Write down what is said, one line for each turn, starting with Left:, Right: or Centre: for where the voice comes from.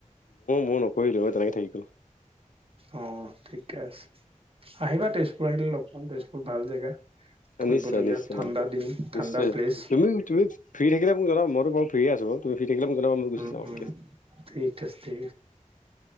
Left: মই নকৰিলো। মই তেনেকে থাকি গ'ল।
Right: অ, ঠিকে আছে, আহিবা তেজপুৰ আহিলে লগ পাম তেজপুৰ ভাল জেগা। ফুৰিবলগীয়া
Left: নিশ্চয়, নিশ্চয়
Right: ঠাণ্ডা
Left: উম
Right: দিন ঠাণ্ডা
Left: নিশ্চয়
Right: প্লেচ
Left: তুমি, তুমি ফ্ৰী থাকিলে মোক জনাবা। ফ্ৰী আছো, তুমি? থাকিলে মোক জনাবা মই গুচি
Right: উম,
Left: যাম
Right: উম,
Left: কি আছে,
Right: ঠিক আছে।